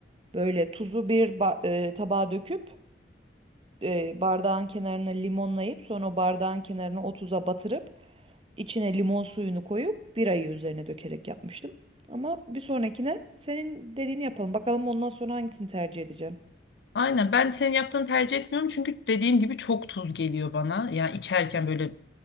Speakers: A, on the right; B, on the left.
A: Böyle tuzu bir ba- e, tabağa döküp e, bardağın kenarına limonlayıp sonra o bardağın kenarına o tuza batırıp içine limon suyunu koyup birayı üzerine dökerek yapmıştım. Ama bir sonrakine senin dediğini yapalım. Bakalım ondan sonra hangisini tercih edeceğim.
B: Aynen ben senin yaptığını tercih etmiyorum çünkü dediğim gibi çok tuz geliyor bana. Yani içerken böyle